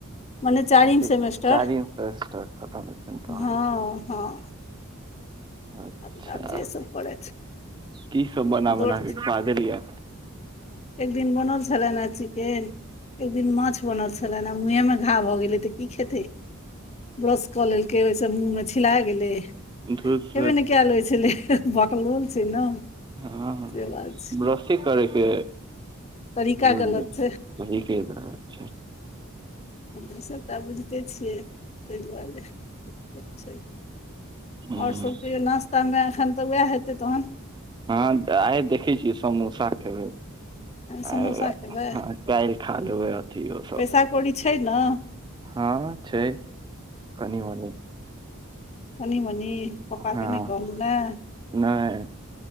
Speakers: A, on the left; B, on the right.
A: मने चारिम
B: आ फिर
A: सेमेस्टर
B: चारिम सेमेस्टर खतम हेतनि तहन
A: हँ हँ
B: अच्छा
A: आब आब जे सब करैथ
B: की सब बना
A: दौड़
B: बना के खुआ देलिये
A: एक दिन बनल छलनि ह चिकेन एक दिन माछ बनल छलनि आ मुँहे मे घा भऽ गेलै तऽ की खेतै ब्रश कऽ लेलकै ओहिसँ मुँह मे छिला गेलै हेबे
B: धूस
A: ने कयल होइ छलै बक लोल छै ने
B: हँ
A: से बात छै
B: बरिश करैके
A: तरीका
B: बुझलिय
A: गलत छै
B: हीकेचछा
A: हसभ तऽ आब बुझिते छियै ताहि दुआरे छै
B: हूँ
A: ओर सभ कहि नास्तामे एखन तऽ उएह हेतै तहन
B: हँ आइ देखै छियै समोसा खेबै
A: समोसा
B: आ
A: खेबै
B: ह कालहि खा लेबै अथ ओ सब
A: पैसा कौड़ी छै ने
B: हँ छै कनि मनी
A: कनि मनी पप्पा
B: हँ
A: नहि कहलहु ने
B: नहि